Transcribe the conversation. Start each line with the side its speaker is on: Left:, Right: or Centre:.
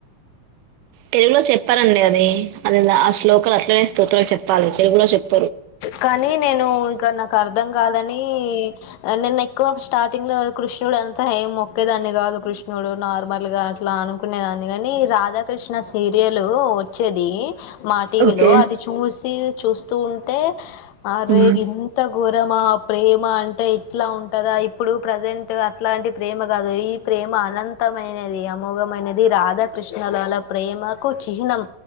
Right: తెలుగులో చెప్పారండి అది అది ఆ శ్లోకాలు అట్లనే స్తోత్రాల చెప్పాలి తెలుగులో చెప్
Left: కానీ నేను ఇక నాకు అర్థం కాదని నిన్న ఎక్కువ స్టార్టింగ్ లో కృష్ణుడు అం త ఏం మొక్కేదాన్ని కాదు కృష్ణుడు నార్మల్ గా అట్లా అనుకునేదాన్ని గాని రాధాకృష్ణ సీరియల్ వచ్చేది మా టీవీ
Right: ఓకే
Left: లో అది చూసి చూస్తూ ఉం ఆ రే
Right: ఉమ్,
Left: ఇంత ఘోరమా ప్రేమ అంటే ఇట్లా ఉంటదా ఇప్పుడు ప్రజెంట్ అట్లాంటి ప్రేమ కాదు ఈ ప్రేమ అనంతమైన అది అమోగమైన ది రాధాకృష్ణల వాళ్ళ ప్రేమకు చిహ్నం